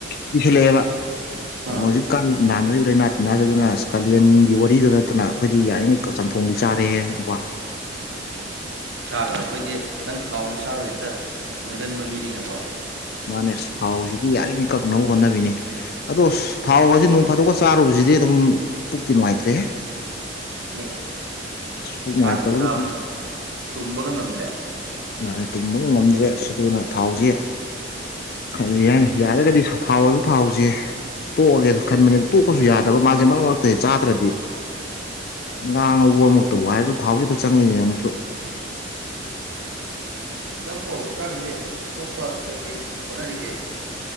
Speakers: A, on the left; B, on the right.
A: ꯀꯩꯁꯜꯂꯥꯛꯑꯦꯕ
B: ꯎꯝ
A: ꯍꯧꯖꯤꯛꯀꯥꯟ ꯅꯥꯅꯔꯤꯕ ꯂꯥꯏꯅꯥ ꯇꯤꯟꯅꯥꯁꯤꯗꯅ ꯀꯥꯂꯦꯟꯒꯤ ꯋꯥꯔꯤꯗ ꯅꯠꯇꯅ ꯑꯩꯈꯣꯏꯗꯤ ꯌꯥꯔꯤꯉꯩ ꯆꯝꯊꯣꯡꯗꯤ ꯆꯥꯔꯦꯍꯦꯕ
B: ꯁꯥꯒ ꯑꯩꯈꯣꯏꯗꯤ ꯈꯤꯇꯪ ꯊꯥꯎ ꯅꯨꯡꯁꯥꯕ ꯍꯦꯛꯇ ꯅꯣꯏꯒꯟꯕ ꯃꯤꯅꯤꯅꯀꯣ
A: ꯃꯥꯅꯦ ꯑꯁ ꯊꯥꯎꯁꯤꯗꯤ ꯌꯥꯔꯤꯉꯩ ꯀꯛꯅꯕ ꯍꯣꯠꯅꯕꯤꯅꯤ ꯑꯗꯣ ꯊꯥꯎꯁꯤ ꯅꯣꯡ ꯐꯥꯗꯣꯛꯒ ꯆꯥꯔꯨꯕꯁꯤꯗꯤ ꯑꯗꯨꯝ ꯄꯨꯛꯇꯤ ꯅꯨꯡꯉꯥꯏꯇ꯭ꯔꯦ ꯍꯦ
B: ꯅꯦ
A: ꯄꯨꯛ ꯅꯨꯡꯉꯥꯏꯇꯕꯒꯤ
B: ꯁꯥꯅ ꯁꯥꯕꯅꯦ ꯇꯨꯝꯕꯒ ꯉꯝꯗ꯭ꯔꯦ
A: ꯃꯥꯥꯅꯦ ꯇꯨꯝꯕꯒꯥ ꯉꯝꯗ꯭ꯔꯦ ꯑꯗꯨꯅ ꯊꯥꯎꯁꯦ ꯀꯔꯤ ꯍꯥꯏꯅꯤ ꯌꯥꯔꯒꯗꯤ ꯊꯥꯎ ꯍꯥꯏꯕ ꯊꯥꯎꯁꯦ ꯇꯣꯛꯑꯒꯦꯅ ꯈꯟꯕꯅꯦ ꯑꯗꯨ ꯇꯣꯛꯄꯁꯨ ꯌꯥꯗꯕ ꯃꯥꯁꯦ ꯃꯔꯛ ꯃꯔꯛꯇ ꯆꯥꯗ꯭ꯔꯗꯤ ꯉꯥ ꯉꯧꯕ ꯑꯃꯨꯛꯇꯕꯨ ꯍꯥꯏꯔꯁꯨ ꯊꯥꯎꯁꯤꯗ ꯆꯪꯉꯛꯏꯅꯦ ꯑꯃꯨꯛꯁꯨ
B: ꯅꯪꯕꯨ ꯍꯧꯖꯤꯛꯀꯥꯟꯁꯦ ꯑꯇꯣꯞꯄ ꯀꯩ ꯀꯩ ꯍꯣꯠꯅꯔꯤꯒꯦ